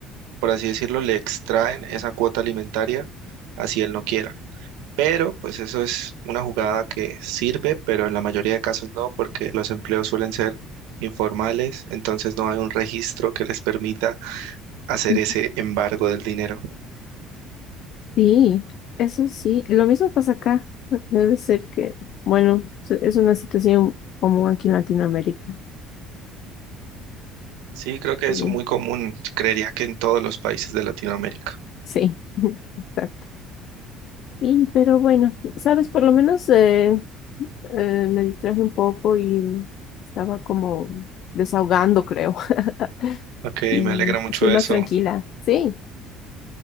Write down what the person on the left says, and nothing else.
mm.
Sí, eso sí. Lo mismo pasa acá. Debe ser que, bueno, se- es una situación común aquí en Latinoamérica.
Sí,
sí, <laughs> exacto. sí pero bueno, sabes, por lo menos eh, eh, me distraje un poco y estaba como desahogando, creo. <laughs>
Y
estoy
más tranquila. Sí,